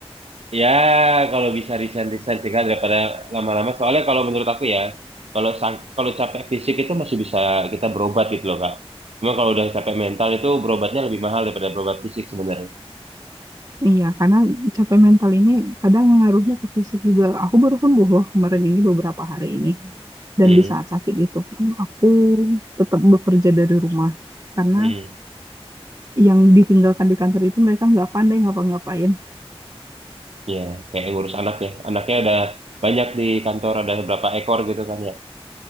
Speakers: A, on the right (about 80°); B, on the right (about 35°).
A: Ya, kalau bisa resign-resign cegah daripada lama-lama. Soalnya kalau menurut aku ya, kalau sang- kalau capek fisik itu masih bisa kita berobat gitu loh, Kak. Cuma kalau udah capek mental itu berobatnya lebih mahal daripada berobat fisik sebenarnya.
B: Iya, karena capek mental ini kadang ngaruhnya ke fisik juga. Aku baru sembuh loh kemarin ini beberapa hari ini. Dan
A: Hmm,
B: di saat sakit itu, pun aku tetap bekerja dari rumah. Karena
A: hmm.
B: yang ditinggalkan di kantor itu mereka nggak pandai ngapa-ngapain.
A: Ya, kayak ngurus anak ya. Anaknya ada banyak di kantor, ada berapa ekor gitu kan ya.